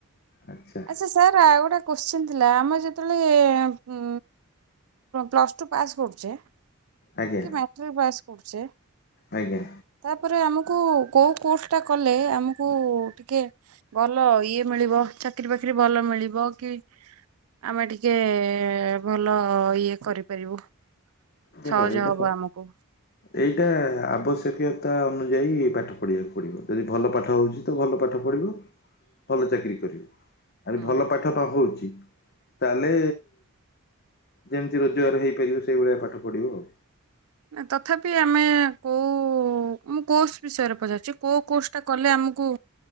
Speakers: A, on the left; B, on the right.
A: ଆଚ୍ଛା
B: ଆଛା। ସାର୍ ଆଉ ଗୋଟେ କୋଶ୍ଚିନ୍ ଥିଲା ଆମ ଯେତେବେଳେ ଉ ପ୍ଲସ୍ ଟୁ ପାସ୍ କରୁଛେ କି
A: ଆଜ୍ଞା
B: ମାଟ୍ରିକ ପାସ୍ କରୁଛେ
A: ଆଜ୍ଞା।
B: ତାପରେ ଆମକୁ କେଉଁ କୋର୍ସଟା କଲେ ଆମକୁ ଟିକେ ଭଲ ଇଏ ମିଳିବ ଚାକିରି ବାକିରି ଭଲ ମିଳିବ କି? ଆମେ ଟିକେ ଭଲ ଇଏ କରିପାରିବୁ।
A: ଦେଖ
B: ସହଜ
A: ଏଇଟା
B: ହବ
A: ସୁ
B: ଆମକୁ।
A: ଏଇଟା ଆବଶ୍ୟକୀୟତା ଅନୁଯାୟୀ ପାଠ ପଢ଼ିବାକୁ ପଡ଼ିବ ଯଦି ଭଲ ପାଠ ହଉଚି ତ ଭଲ ପାଠ ପଢ଼ିବ। ଭଲ ଚାକିରି କରିବ। ଆରି
B: ହୁଁ
A: ଭଲ ପା ତ ନହୋଉଚି ତାହେଲେ ଯେମିତି ରୋଜଗାର ହେଇପାରିବ ସେଇଭଳିଆ ପାଠ ପଢ଼ିବ ଆଉ।
B: ନାଁ ତଥାପି ଆମେ କୋଉ ମୁଁ କୋର୍ସ ବିଷୟରେ ପଚାରୁଚି। କୁଅ କୋର୍ସ ଟା କଲେ ଆମୁକୁ